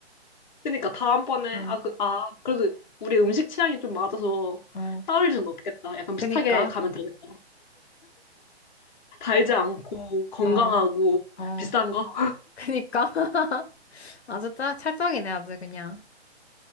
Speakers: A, on the left; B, on the left.
A: 그러니까 다음번에
B: 응,
A: 아, 그, 아, 그래도 우리 음식 취향이 좀 맞아서
B: 응.
A: 싸울 일은 없겠다. 약간
B: 그니까,
A: 비슷하게 가면 되겠다. 달지 않고 건강하고
B: 어, 어.
A: 비싼 거.
B: 그니까. <laughs> 아주 짜, 찰떡이네, 아주 그냥.